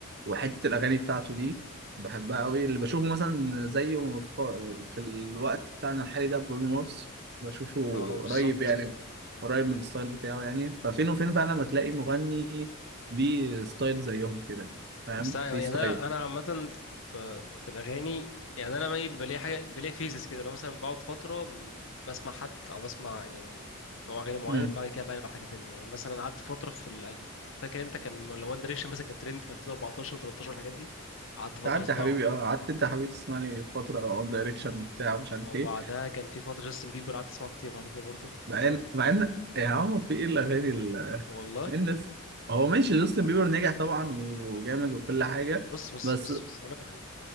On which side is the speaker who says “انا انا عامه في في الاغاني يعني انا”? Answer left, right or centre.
Left